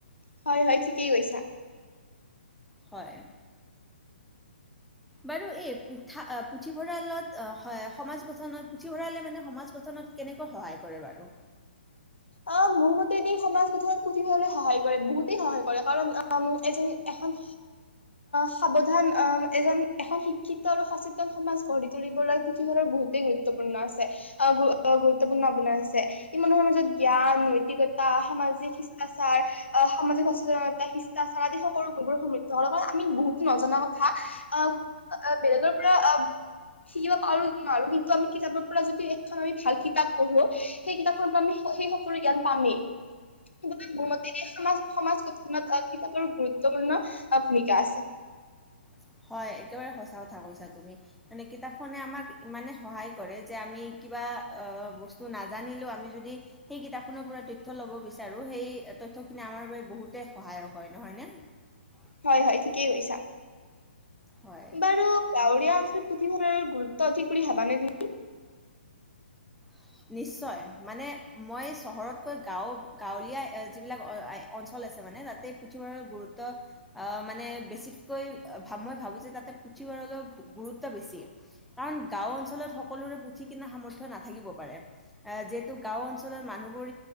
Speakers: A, on the left; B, in the centre.
A: হয় হয় ঠিকেই কৈছা
B: হয় বাৰু এই পু পুথিভঁৰালত আহ সমাজ গঠনত পুথিভঁৰালে মানে সমাজ গঠনত কেনেকৈ সহায় কৰে বাৰু
A: আহ মোৰ মতেদি সমাজ গঠনত পুথিভঁৰালে সহায় কৰে বহুতেই সহায় কৰে কাৰণ এজন এখন সাৱধান আহ এজন এখন শিক্ষিত আৰু সচেতন সমাজ গঢ়ি তুলিবলৈ পুথিভঁৰ বহুতেই গুৰুত্বপূৰ্ণ আছে গুৰুত্বপূৰ্ণ ভাৱনা আছে ই মানুহৰ মাজত জ্ঞান, নৈতিকতা, সামাজিক শিষ্টাচাৰ, সামাজিক সচেতনতা শিষ্টাচাৰ আদি সকলো গুণবোৰ সমৃদ্ধ হল কাৰণ আমি বহুতো নজনা কথা আহ বেলেগৰ পৰা শিকিব পাৰো নোৱাৰো কিন্তু আমি কিতাপৰ পৰা যদি এখন আমি ভাল কিতাপ পঢ়ো সেই কিতাপখনৰ পৰা আমি সেই সকলো জ্ঞান পামেই গতিকে মোৰ মতে সমাজ সমাজ গঠনত কিতাপৰ গুৰুত্বপূৰ্ণ ভূমিকা আছে
B: হয় একেবাৰে সচা
A: হয় হয় ঠিকেই কৈছা
B: হয়।
A: বাৰু গাঁৱলীয়া অঞ্চলত পুথিভঁৰাল গুৰুত্ব অধিক কৰি ভাবানে তুমি
B: নিশ্চয় মানে মই পাৰে অ যিহেতু গাওঁৰ অঞ্চলত মানুহবোৰ